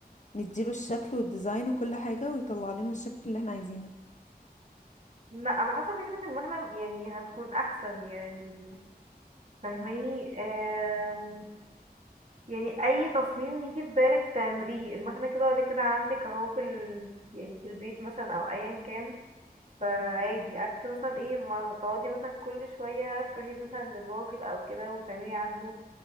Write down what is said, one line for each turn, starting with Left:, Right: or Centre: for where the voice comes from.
Left: نديله الشكل والديزاين وكل حاجة ويطلع لنا الشكل اللي احنا عايزينه
Right: لا انا حاسه فكره المكنه يعني هتكون احسن يعني فاهماني آم، يعني اي تصميم يجي في بالك تعمليه المكنه كده ولا كده عندك اهو في ال... يعني في البيت مثلا او ايا كان فعادي عكس مثلا ايه ما تقعدي مثلا كل شويه تروحي مثلا للراجل او كده وتعملي عنده